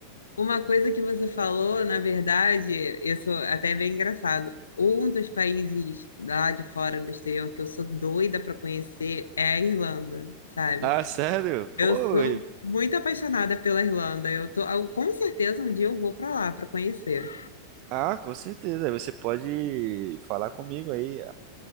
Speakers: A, on the left; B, on the right.
A: Uma coisa que você falou, na verdade, isso até é bem engraçado. Um dos países lá de fora do exterior que eu sou doida para conhecer é a Irlanda, sabe?
B: Ah, sério? Pô,
A: Eu sou
B: e-
A: muito apaixonada pela Irlanda. Eu tô, ah, com certeza um dia eu vou para lá para conhecer.
B: ah, com certeza. Aí Você pode falar comigo aí.